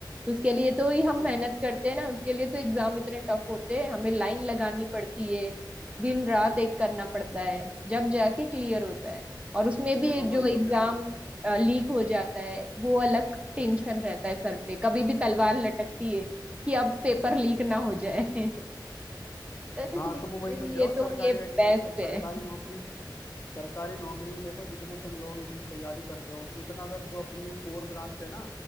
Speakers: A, on the right (about 15°); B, on the left (about 35°).
A: उसके लिए तो ही
B: अब
A: हम
B: देखो
A: मेहनत करते हैं ना उसके लिए तो एग्जाम इतने टफ होते हैं हमें लाइन लगानी पड़ती है दिन रात एक करना पड़ता है जब जाके क्लियर होता है और उसमें भी
B: तो मैं
A: जो
B: वही
A: एग्जाम
B: तो कह रहा हूँ
A: लीक हो जाता है वो अलग टेंशन रहता है सर पे कभी भी तलवार लटकती है कि अब पेपर लीक ना हो जाए <laughs> तो
B: हाँ
A: इसलिए मेरे
B: तो मैं वही तो
A: लिए
B: कह रहा हूँ सरकारी
A: तो ये बेस्ट
B: मतलब सरकारी
A: है
B: नौकरी सरकारी नौकरी देखो जितने तुम लोग इतनी तैयारी करते हो उतना अगर जो अपनी कोर ब्रांच है ना